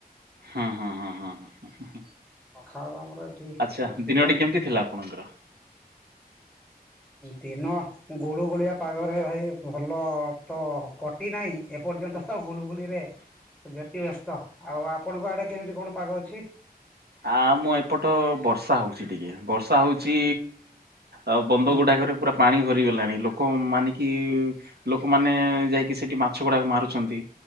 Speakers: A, on the right; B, in the centre.
A: ହୁଁ ହଁ ହଁ ହଁ ହଁ ହଁଁ
B: ପଖାଳ ତ ଆମର ଏଠି
A: ଆଚ୍ଛା
B: ଅଧିକା
A: ଦିନଟି କେମିତି ଥିଲା ଆପଣଙ୍କର?
B: ଦିନ ଗୁଳୁ ଗୁଳିଆ ପାଗରେ ଭାଇ ଭଲ ତ କଟି ନାହିଁ ଏପର୍ଯ୍ୟନ୍ତ ତ ଗୁଲୁଗୁଲିରେ ଯେତି ବ୍ୟସ୍ତ ଆଉ ଆପଣଙ୍କ ଆଡେ କେମିତି କଣ ପାଗ ଅଛି?
A: ଆ ମୁଁ ଏପଟ ବର୍ଷା ହଉଛି ଟିକେ ବର୍ଷା ହଉଛି ଆଉ ବନ୍ଦ
B: ହୁଁ
A: ଗୁଡାକରେ ପୁରା ପାଣି ଭରିଗଲାଣି ଲୋକ ମାନିକି ଲୋକମାନେ ଯାଇକି ସେଠି ମାଛ ଗୁଡାକ ମାରୁଛନ୍ତି।